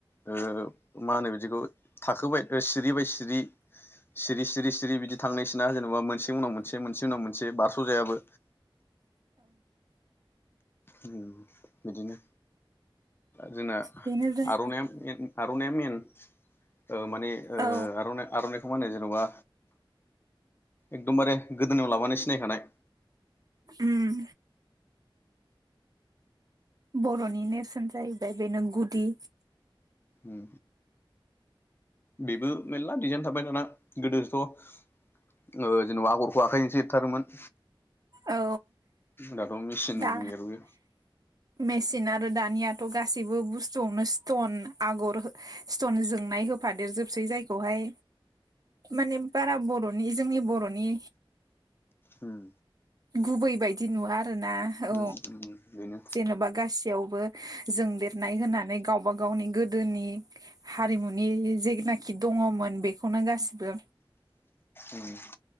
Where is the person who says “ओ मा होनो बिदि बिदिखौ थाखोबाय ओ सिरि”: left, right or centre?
Left